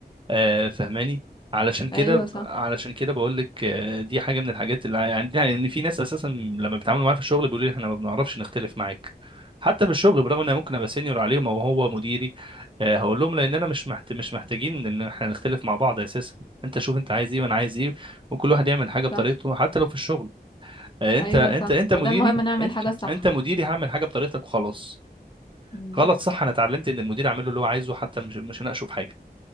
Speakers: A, on the right (about 30°); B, on the left (about 30°).
A: آه، فهماني علشان كده
B: ايوه
A: ب-
B: صح
A: علشان كده بقول لك آه، دي حاجه من الحاجات اللي عندنا ان في ناس اساسا لما بيتعاملوا معايا في الشغل بيقولوا لي احنا ما بنعرفش نختلف معاك حتى في الشغل برغم ان انا ممكن ابقى سينيور عليهم او هو مديري آه، هقول لهم لاننا مش محت... مش محتاجين ان احنا نختلف مع بعض اساسا انت شوف انت عايز ايه وانا عايز ايه وكل واحد يعمل حاجه بطريقته
B: صح
A: حتى لو في الشغل آه،
B: ايوه
A: انت انت
B: صح
A: انت
B: بدل
A: مديري
B: مهم نعمل
A: انت
B: حاجة صح
A: انت مديري هعمل حاجه بطريقتك وخلاص
B: مم.
A: غلط صح انا اتعلمت ان المدير اعمل له اللي هو عايزه حتى مش مش هناقشه في حاجه